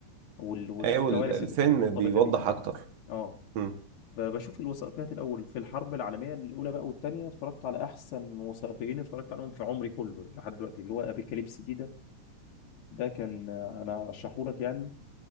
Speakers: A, on the left (about 85°); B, on the right (about 65°).
A: وال... والكوارث
B: أيوة ال- الفيلم
A: اللي كانت مرتبطه
B: بيوضح
A: بيه
B: أكتر
A: اه
B: م.
A: فبشوف الوثائقيات الاول في الحرب العالميه الاولى بقى والثانيه اتفرجت على احسن وثائقيين اتفرجت عليهم في عمري كله لحد دلوقتي اللي هو ابيكاليبس دي ده ده كان آه، انا رشحهولك يعني